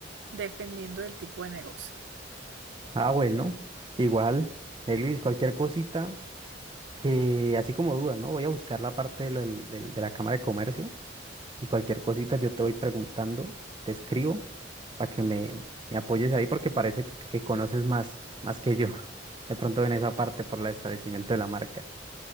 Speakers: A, on the right; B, on the right.
A: dependiendo del tipo de negocio.
B: Ah, bueno, igual, Eglis, cualquier cosita que, así como dudas, ¿no? Voy a buscar la parte de, lo del- del- de la Cámara de Comercio Y cualquier cosita yo te voy preguntando, te escribo para que me, me apoyes ahí porque parece que, que- que conoces más, más que yo, <laughs> de pronto en esa parte por el establecimiento de la marca.